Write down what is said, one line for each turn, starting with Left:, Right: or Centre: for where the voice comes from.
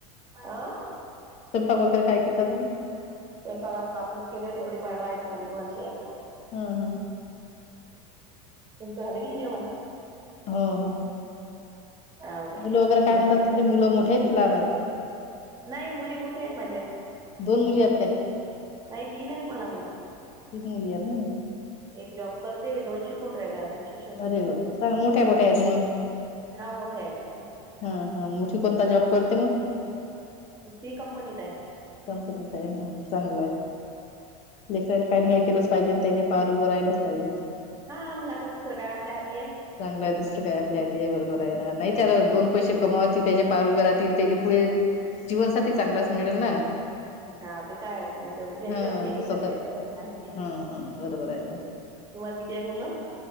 Right: आ?
Left: स्वयपाक वगैरे, काय केलता तुम्ही?
Right: स्वयंपाक आज बापलेच केले होते. गुडीपाडवाय, नवीन वर्षयात.
Left: हम्म, हम्म.
Right: तुमचं झालं की न जेवन?
Left: हो, हो.
Right: हो काय
Left: मुलं वैगेरे
Right: तुम्ही
Left: काय म्हणतात
Right: केलं
Left: तुमची? मुल मोठे आहेत की लहानायत.
Right: नाही मुली मोठ्या आहेत माझ्या.
Left: दोन मुली आहेत काय?
Right: नाही तीन आहेत मला मुली.
Left: तीन मुली आहेत नई.
Right: एक जॉब करते दोन शिकुन राहिल्या आजुन शिक
Left: अरे बापा चांग मोठ्या मोठ्या आहेत मग.
Right: हा, मोठ्या आहेत.
Left: हां, हा मोठी कोणता जॉब करते मग?
Right: मग ती कंपनीत आहे.
Left: कंपनीत आहे हं चांगलं आहे, लेकरायनी काही
Right: तुमची?
Left: नाही केलंस पाहिजेन त्यायच्या पायावर उभं राहिलंच पाहिजे.
Right: हा, मंग आता दुसरं काय आपल्या हाती आहे.
Left: चांगलं आहे, दुसरं काय आपल्या हाती आहे, बरोबर आहे ना नाही त्याला दोन पैसे कमावती त्यायच्या पायावर ऊभ्या राहतीन, त्यायले पुढे जीवनसाथी चांगलाच मिळेल ना.
Right: हां, ते तर आहेच मग शेवटी त्यायच्याच
Left: हा
Right: तिघीसाठी
Left: मग ते स्वतः
Right: असं करन आहे.
Left: हा हा बरोबर आहे ना
Right: तुम्हाला किती आहेत मुलं?